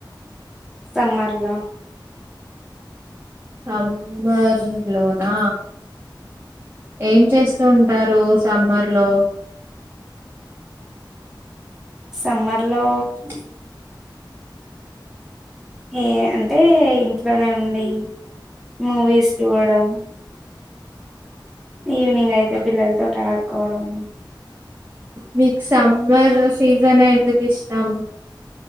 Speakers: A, in the centre; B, on the right (about 25°).
A: సమ్మర్లా
B: సమ్మర్ లోనా ఏం చేస్తూ ఉంటారు సమ్మర్ లో
A: సమ్మర్ లొ
B: స <unintelligible>
A: ఏ అంటే ఇంట్లోనె ఉండి మూ విస్ చూడడం ఈవినింగ్ అయితె పిల్లలతోటి ఆడుకోవడం
B: మీకు సమ్మర్ సీజన్ ఎందుకు ఇష్టం